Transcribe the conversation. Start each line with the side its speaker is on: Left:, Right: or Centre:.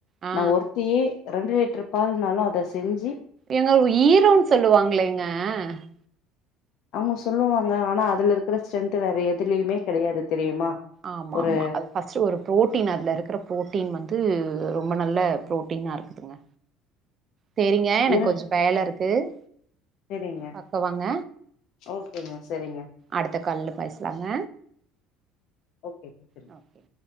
Right: ஆ
Left: நா ஒருத்தி ரெண்டு லிட்டர் பால்னாலு அத செஞ்சி
Right: எங்க ஈரோன்னு சொல்லுவாங்களேங்க ஆ
Left: அவங்க சொல்லுவாங்க ஆனா அதுல இருக்கிற ஸ்ட்ரென்த் வேற எதுலயுமே கடையாது தெரியுமா
Right: ஆமா
Left: ஒரு
Right: ஆமா அது ஃபஸ்ட் ஒரு பு்ரோட்டீன் அதுல இருக்கிற ப்ரோட்டீன் வந்து ரொம்ப நல்ல பு்ரோட்டீனா இருக்குதுங்க சரிங்க எனக்கு
Left: இரு
Right: கொஞ்சோ வேல இருக்கு கு
Left: சரிங்க
Right: பக்கவாங்க
Left: ஓகேங்க சரிங்க
Right: அடுத்த கால்ல பேசலாங்க
Left: ஓகேங்க
Right: நன்றி